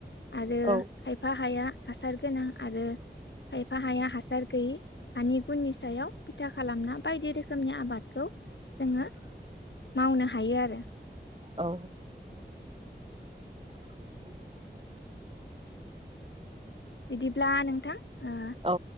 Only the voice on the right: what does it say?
औ
औ <inaudible>
औ